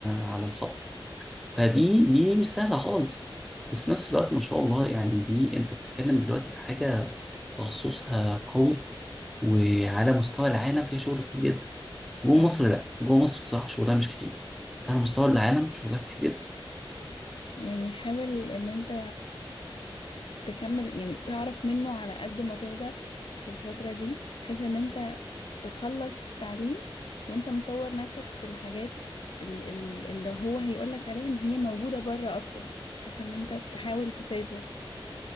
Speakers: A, in the centre; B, on the left.
A: على الخط فدي دي مش سهلة خالص بس في نفس الوقت ما شاء الله يعني دي انت بتتكلم دلوقتي في حاجة تخصصها قوي وعلى مستوى العالم فيها شغل كتير جدا جوه
B: ايوه
A: مصر لا جوه مصر صح شغلها مش كتير بس على مستوى العالم شغلها كتير جدا
B: يعني حاول ان انت تكمل يعني تعرف منه على قد ما تقدر في الفترة دي بحيث ان انت تخلص تعليم وانت مطور نفسك في الحاجات ال- ال- اللي هو هيقولك عليها ان هي موجودة بره اكتر بحيث ان انت تحاول تسافر